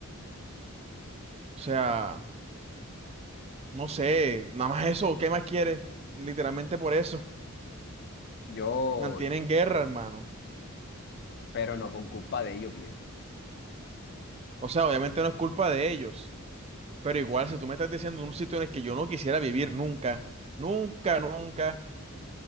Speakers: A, on the right; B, on the left.
A: sea, no sé, nada más eso, ¿qué más quieres? Literalmente por eso.
B: Yo,
A: Mantienen guerra, hermano.
B: pero no por culpa de ellos, viejo.
A: O sea, obviamente no es culpa de ellos. Pero igual, si tú me estás diciendo un sitio en el que yo no quisiera vivir nunca, nunca, nunca,